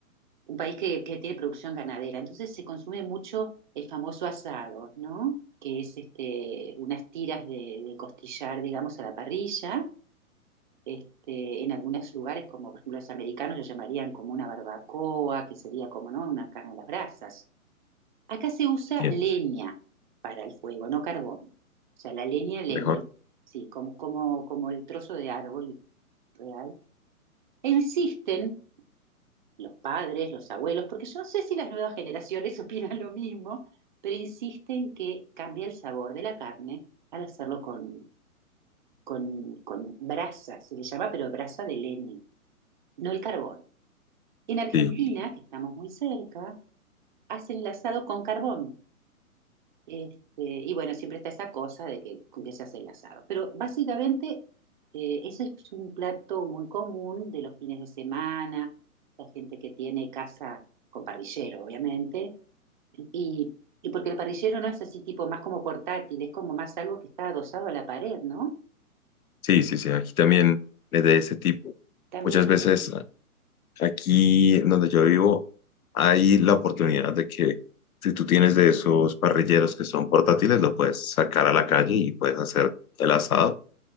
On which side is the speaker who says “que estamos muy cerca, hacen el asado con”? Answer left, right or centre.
Right